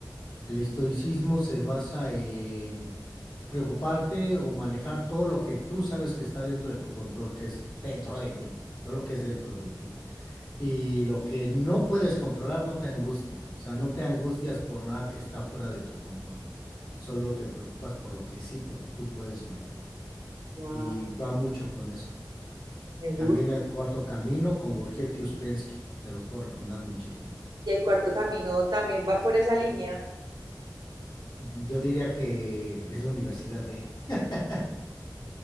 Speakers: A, on the left; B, on the right.
A: El estoicismo se basa en preocuparte o manejar todo lo que tú sabes que está dentro de tu control, que es dentro de ti, todo lo que es dentro de ti. Y lo que no puedes controlar no te angustia, o sea, no te angustias por nada que está fuera de tu control, solo te preocupas por lo que sí te- tú puedes manejar.
B: guau,
A: Y va mucho con eso.
B: me gusta.
A: También el cuarto camino con Gurdjieff y Uspensky, te los puedo recomendar muchísimo.
B: Y el cuarto camino también va por esa línea.
A: Yo diría que es la universidad de... <laughs>